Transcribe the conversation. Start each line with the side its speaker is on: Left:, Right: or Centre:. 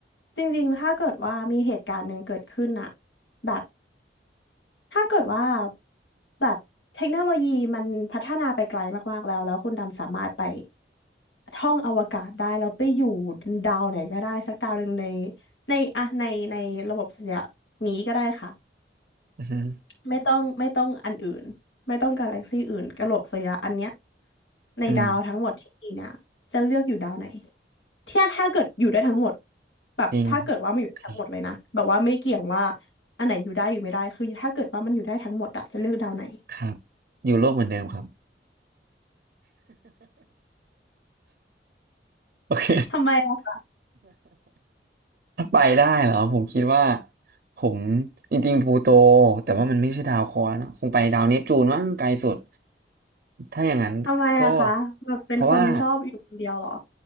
Left: จริงๆ ถ้าเกิดว่ามีเหตุการณ์หนึ่งเกิดขึ้นอะแบบถ้าเกิดว่าแบบเทคโนโลยีมันพัฒนาไปไกลมากๆ แล้วแล้วคุณดำสามารถไปท่องอวกาศได้แล้วไปอยู่ดาวไหนก็ได้สักดาวหนึ่งในในอะในในระบบสุริยะนี้ก็ได้ค่ะ
Right: อือหือ
Left: ไม่ต้องไม่ต้องอันอื่นไม่ต้องกาแล็กซี่อื่นกะโหลกสุริยะอันเนี้ยในดาวทั้งหมดที่มีเนี่ยจะเลือกอยู่ดาวไหน
Right: อืม
Left: ที่ถ้าเกิดอยู่ได้ทั้งหมดแบบถ้าเกิดว่ามันอยู่ได้ทั้งหมดเลยนะแบบว่าไม่เกี่ยงว่า
Right: จริงโอเค
Left: อันไหนอยู่ได้อยู่ไม่ได้คือถ้าเกิดว่ามันอยู่ได้ทั้งหมดอะจะเลือกดาวไหน
Right: ครับอยู่โลกเหมือนเดิมครับ <laughs> โอเค
Left: ทำไมล่ะ
Right: ถ้าไปได้เหรอผมคิดว่าผมจริงๆพลูโตแต่ว่ามันไม่ใช่ดาวเคราะห์นะคงไปดาวเนปจูนมั้งไกลสุดถ้าอย่างนั้นก็
Left: ทำไมอะคะแบบเป็นคนชอบอยู่คนเดียวเหรอ
Right: เพราะว่า